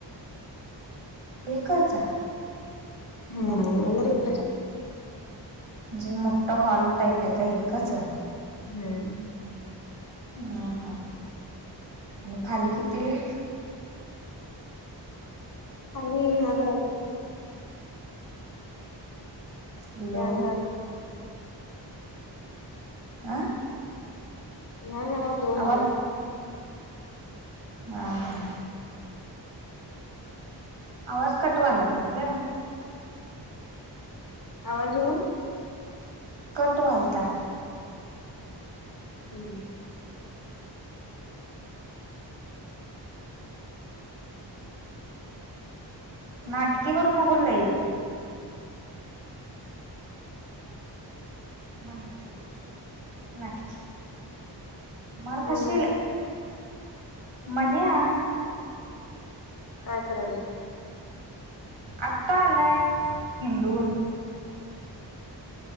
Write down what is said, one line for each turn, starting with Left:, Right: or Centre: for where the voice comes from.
Right: एकचं!
Left: हम्म वर एकच हाय.
Right: म्हणजे मोठ हॉल टाईप हाय का एकच?
Left: हुम्म.
Right: अ हा हा आणि खाली किती हाईत?
Left: खाली लहान लहान हाईत
Right: हॅलो
Left: त्या घरात
Right: आ.
Left: ह्या घरात दोन
Right: आवाज
Left: हाइत
Right: हा हा. आवाज कट व्हाय लागलाय ग!
Left: आवाज ईना?
Right: कट व्हालता
Left: हम्.
Right: नाटकी करु नको लई? माहिती आहे तुझी नाटकी मारखाशील.
Left: कोण हाय?
Right: मन्या
Left: काय करालं
Right: आता आलय हिंडून